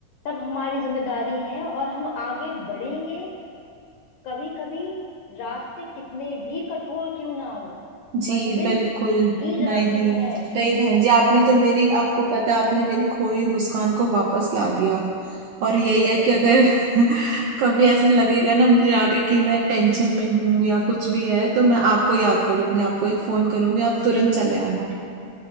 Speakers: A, on the left; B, on the right.
A: सब हमारी जिम्मेदारी है और हम आगे बढ़ेंगे कभी कभी रास्ते कितने भी कठोर क्यों ना हो
B: जी
A: मंजिल
B: बिल्कुल
A: मिल ही जाती
B: नहीं
A: है
B: नहीं बहन जी आपने
A: बस
B: तो मेरी आपको पता है, आपने मेरी खोई मुस्कान को वापस ला दिया और
A: <laughs> अरे
B: यही है
A: बहन
B: कि अगर
A: जी
B: <laughs> कभी ऐसा लगेगा
A: <laughs>
B: ना मुझे आगे कि मैं टेंशन में हूं या कुछ भी है तो मैं आपको याद कर लूंगी आपको एक फोन करूंगी आप तुरंत
A: जी
B: चले आना